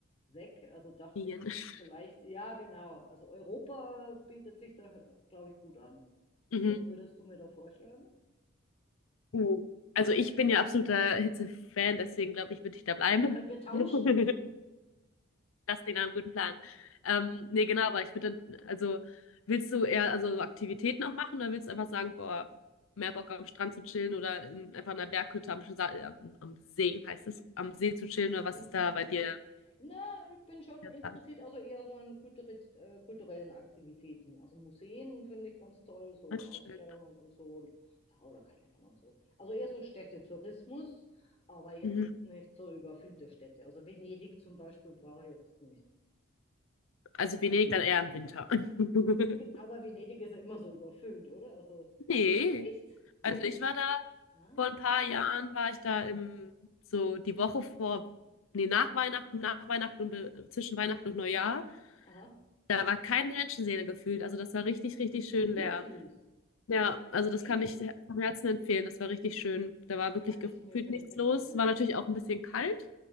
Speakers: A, on the left; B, on the left.
A: weg. Also dachte
B: Wien.
A: ich
B: <laughs>
A: vielleicht, ja, genau. Also Europa bietet sich da, glaube ich, gut an.
B: Mhm.
A: Was würdest du mir da vorschlagen?
B: Mhm. Also ich bin ja absoluter Hitze-Fan, deswegen glaube ich, würde ich da bleiben.
A: Also können wir tauschen?
B: <laughs> Das klingt nach einem guten Plan. Ähm, nee, genau, aber ich würde dann, also willst du eher also Aktivitäten auch machen oder willst du einfach sagen, boah, mehr Bock am Strand zu chillen oder in, einfach in einer Berghütte am, Sa- äh, am, am See, heißt es, am See zu chillen oder was
A: <laughs>
B: ist da bei dir
A: Na, ich bin schon
B: der
A: interessiert,
B: Plan?
A: also eher so an kulturi- äh, kulturellen Aktivitäten. Also Museen finde ich ganz toll, so
B: Ah, schön.
A: Ausstellungen und so. Und, ja, oder keine Ahnung so. Also eher so Städtetourismus, aber jetzt
B: Mhm.
A: nicht so überfüllte Städte. Also Venedig zum Beispiel brauche ich jetzt nicht. <laughs>
B: Also Venedig dann eher im Winter. <laughs>
A: Aber Venedig ist immer so überfüllt, oder? Also
B: Nee,
A: nicht? Wirklich?
B: also ich war da.
A: Ah,
B: Vor ein paar Jahren war ich da im, so die Woche vor, nee, nach Weihnachten, nach Weihnachten und be- zwischen Weihnachten und Neujahr.
A: aha,
B: Da war keine Menschenseele gefühlt. Also das war richtig, richtig schön
A: wirklich.
B: leer. Ja, also
A: Okay,
B: das kann
A: das,
B: ich vom Herzen empfehlen. Das war richtig schön. Da
A: das
B: war wirklich
A: merke
B: gefühlt
A: ich mir für
B: nichts
A: den Winterurlaub.
B: los. War natürlich auch ein bisschen kalt